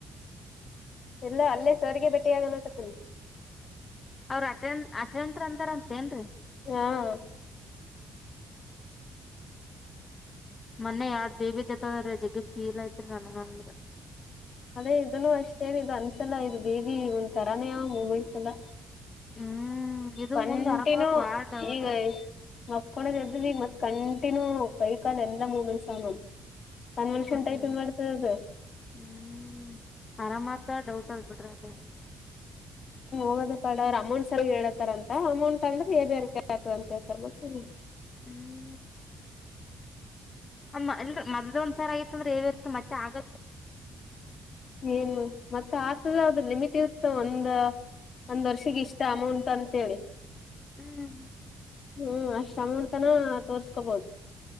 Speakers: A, on the left; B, on the left.
A: ಇಲ್ಲಾ ಅಲ್ಲ ಸಾರಿಗೆ ಭೇಟಿಯಾಗ ಅನ್ನಕತ್ತೇನ.
B: ಅವ್ರ ಅಟೆಂಡ ಅಟೆಂಡರ್ ಅಂತಾರ ಅಂತೇನ್ ರೀ.
A: ಹಾ. ಯ್
B: ಮೊನ್ನೆ ಎರಡ್ ಬೇಬಿ ಡೆತ್ ಆದ್ರಿ ಜಗ್ಗೆ ಫೀಲ್ ಐತ್ರಿ ನನಗಂದ್ರ.
A: ಅದೇ ಇದನ್ನು ಅಷ್ಟೇರೀ ಇದು ಅನ್ಸಲ್ಲ ಇದು ಬೇಬಿ ಒಂದ್ ತರಾನೇ ಆವ್ ಮೂಮೆಂಟ್ಸ್ ಎಲ್ಲ.
B: ಹ್ಮ್ ಇದು
A: ಕಂಟನ್ಯೂ
B: ಮುಂದ್ ಆರಾಮತ್ ಬಾಳ್ ಡೌಟ್
A: ಈಗ. ಮಾಕೊಂಡಿದ್ದ ಎದಿದ್ದ ಈಗ ಮತ್ ಕಂಟಿನ್ಯೂ ಕೈಕಾಲ್ ಎಲ್ಲ ಮೂಮೆಂಟ್ಸ್ ಆವ್ ನೋಡ್. ಕನ್ವರ್ಷನ್
B: ಅದೇ
A: ಟೈಪಿಂಗ್ ಮಾಡ್ತದ ಅದ.
B: ಹ್ಮ್ ಆರಾಮತದ ಡೌಟ್ ಆದ್ ಬಿಡ್ರಿ ಅಕ್ಡ.
A: ಹೋಗೋದೆ ಪಾಡ್ ಅವ್ರ ಅಮೌಂಟ್ ಸರ್ ಗಿ ಹೇಳತರ ಅಂತ ಅಮೌಂಟ್ ಅಂದ್ರೆೇ ಬೇರ್ <unintelligible> ಅಂತ ಹೇಳ್ತಾರ. ಮತ್ತೇನ್
B: ಹ್ಮ. ಅಮ್ಮ ಅಲ್ದ ಮದ್ಯಾನ ಸಾರ್ ಐತಂದ್ರ ಏನ್ ಇರುತ್ತ ಮತ್ತೆ ಆಗ
A: ಏನು ಮತ್ತ ಆತದ ಅದ ಲಿಮಿಟ್ ಇರ್ತ. ಒಂದ ಒಂದ್ ವರ್ಷಗಿ ಇಷ್ಟ ಅಮೌಂಟ್ ಅಂತೇಳಿ.
B: ಹ್ಮ್
A: ಹ್ಮ್ ಅಷ್ಟ ಅಮೌಂಟ್ತನ ತೋರ್ಸ್ಕೋಬೋದು.